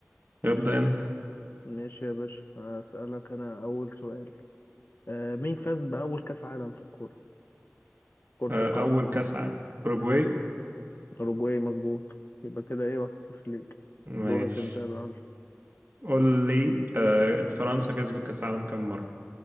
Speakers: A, on the right (about 45°); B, on the left (about 50°).
A: ابدأ انت
B: ماشي يا باشا، هسألك أنا أول سؤال، آه مين فاز بأول كأس عالم في الكورة؟ كرة
A: آه،
B: القدم؟
A: اول كاس ع- اوروجواي
B: أوروجواي مظبوط يبقى كده إيه واحد صفر ليك
A: ماشي
B: دورك أنت يا معلم
A: قول لي آه، فرنسا كسبت كاس عالم كم مرة